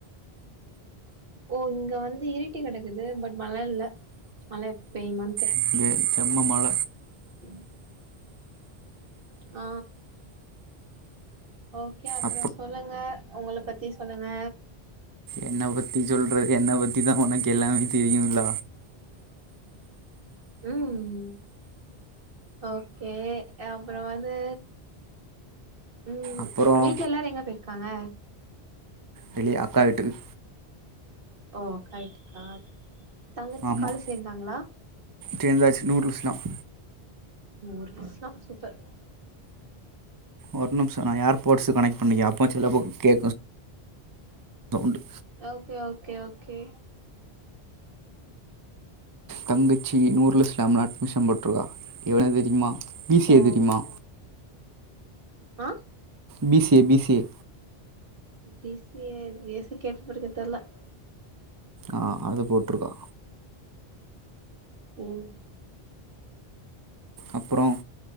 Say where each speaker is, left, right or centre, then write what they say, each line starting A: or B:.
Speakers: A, on the right; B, on the right.
A: ஓ இங்க வந்து இரிட்டி கிடக்குது பட் மழை இல்ல மழை பெய் மா
B: இங்கே செம்ம மழ
A: உம் <unintelligible> ஆ ஓகே அப்பறம்
B: அப்புறம்
A: சொல்லுங்க உங்கள பத்தி சொல்லுங்க
B: என்ன பத்தி சொல்றது என்ன பத்திதான் உனக்கு எல்லாமே தெரியும்ல
A: ம் ஓகே அப்பறம் வந்து ம்
B: அப்புறம்
A: வீட்டுல எல்லாரும் எங்க போய்ருக்காங்க
B: வெளியே அக்கா வீட்டுக்கு
A: ஓ அக்கா வீட்டுக்கா தங்கச்சி
B: ஆமாம்
A: காலேஜ் சேர்ந்தாங்களா
B: சேர்ந்தாச்சு நூர்ல் இஸ்லாம்
A: நூர்இஸ்லாம் சூப்பர்
B: ஒரு நிமிஷம் நான் ஏர்போர்ட்ஸ் கனெக்ட்டு பண்ணிக்குற அப்போ சில கே சவுண்டு
A: ஓகே ஓகே ஓகே
B: தங்கச்சி நூறுல் இஸ்லாம்ல அட்மிஷன் போட்டிருக்கா எவளோ தெரியுமா பி சி‌
A: ஓ
B: ஏ தெரியுமா
A: ஆ
B: B C A B C A
A: B C A AC கேள்வி பட்டது தெர்ல
B: ஆ அது போட்ருக்கா
A: ம்
B: அப்பறம்